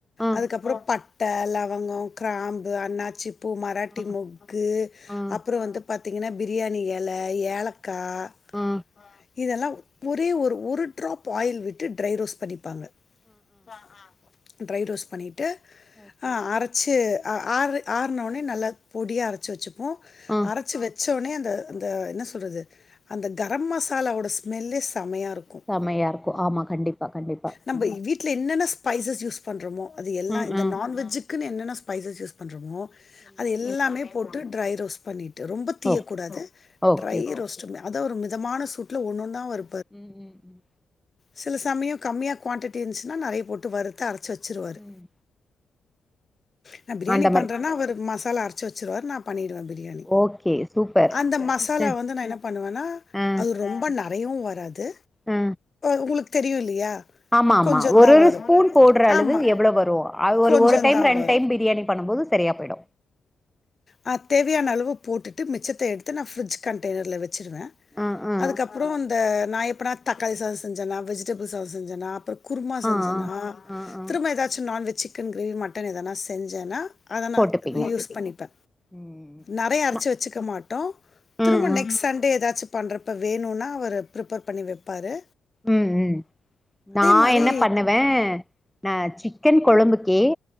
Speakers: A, in the centre; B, on the left.
A: ஆ
B: அதுக்கப்புறோ பட் ட லவங்கம் கிராம்பு அண்ணாச்சி பூ மராட்டி
A: ஆ
B: முக்கு
A: ஆ
B: அப்புறம் வந்து பாத்தீங்கன்னா பிரியாணிய ல ஏலக்காய்
A: ஆ
B: இதெல்லாம் ஒரே ஒரு ஒரு ட்ராப் ஆயில் விட்டு ட்ரை ரோஸ்ட் பண்ணிப்பாங்க ஆ ஆ ட்ரை ரோஸ்ட் பண்ணிட்டு
A: ஓகே
B: ஆ அரச்சு ஆறு ஆறுன உடனே நல்லா பொடியா அரைச்சு வச்சு கனும்
A: ஆ
B: அரைச்சு வச் சோடனே அந்த அந்த என்ன சொல்றது அந்த கரம் மசாலாவோட ஸ்மெல்லே செமையா க்கும்
A: செமையா இருக்கு ஆமா கண்டிப்பா கண்டிப்பா
B: நம்ம
A: ம்
B: வீட்டுல என்னென்ன ஸ்பைசஸ் யூஸ் பண்ணறமோ அது எல்லாம்
A: ம்
B: இந்த
A: ம்
B: நான்வெஜு இக்குன்னு என்னென்ன ஸ்பைசஸ் யூஸ் பண்ணறோமோ அது எல்லாமே போட்டு ட்ரை ரோஸ் பண்ணிரு ரொம்ப தீயக்கூடாது
A: ஓகே ஓகே
B: ட்ரை
A: ஓகே
B: ரோஸ்ட அத ஒரு இதமான சூட்ல ஒன்ன ஒன்னா வறு
A: ம் ம் ம்
B: சில சமயம் கம்மியா குவான்டிட்டி இருந்துச்சுன்னா நறைய போட்டு வருத்து அர ச்சி வச்சுருவாரரு
A: ம்
B: நான் பிரியாணி
A: அந்த மாரி
B: பண்றேன்னா அவரு ம சாலா அரைச்சு வச்சருவாரு நான் பண்ணிடுவேன் பிரியாணி
A: ஓகே சூப்பர்
B: அந்த மசாலா
A: ம்,
B: வந்து நான் என்ன பண்ணுவேன்னா
A: ஆ
B: அது ரொம்ப ந எதவும் வராது
A: ஆ
B: உங்களுக் திரியும் இல்லையா
A: ஆமா ஆமா
B: கொஞ்சந்தா
A: ஒரு ஒரு
B: வரு
A: ஸ்பூன் போடுற அளவு
B: ஆமா
A: எவ்வளோ வரும்
B: கொஞ்சந்தா
A: ஒரு டைம் ரெண்டு
B: வரு
A: டைம் பிரியாணி பண்ணும் போது சரியா போயிடு
B: ஆ தேவையான அளவு போட்டுட்டு மிச்சத்த எடுத்து நா ஃபிரிட்ஜ் கண்டெய்னர்ல வெச் சிருவே
A: ஆ ஆ
B: அதுக்கப்புறோ அந்த நா எப்பனா தக்காளி சாதோ செஞ்சனா வெஜிடபிள் சாதோ செஞ்சனா அப்பறோ குருமா செஞ்சனா
A: ஆ ஆ ஆ ஆ
B: திரும்ப எதாச்சு நான்வெஜ் சிக்கன் கிரேவி மட்டன் எதனா செஞ்சனா அத நா
A: போட்டுப்பீங்க
B: ரீ யூஸ் பண்ணிப்பே
A: ம்
B: நெறைய அரைச்சு
A: நா
B: வச்சுக்க மாட்டோ திரும்ப
A: ம் ம்
B: நெக்ஸ்ட் சண்டே எதாச்சு பண்றப்ப வேணுன்னா அவரு பிரிப்பேர் பண்ணி வப்பாரு
A: ம் ம் நா
B: மாரி
A: என்ன பண்ணுவே நான் சி க்கன் கொழம்புக்கே